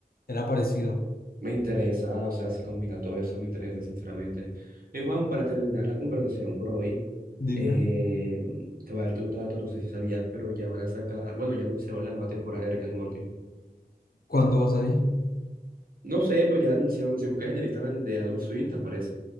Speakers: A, on the left (about 70°); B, on the right (about 65°).
A: era parecido.
B: Me interesa, o sea, si combina todo eso, me interesa, sinceramente. Ey, Juan, para terminar la conversación por hoy,
A: Dime,
B: eh, te voy a darte un dato, no sé si sabías, pero ya van a sacar, bueno, ya anunciaron la nueva temporada de Rick and Morty.
A: ¿cuándo vas a ir?
B: No sé, pero ya la anunciaron, si buscas en el Instagram de Adult Swim, te aparece.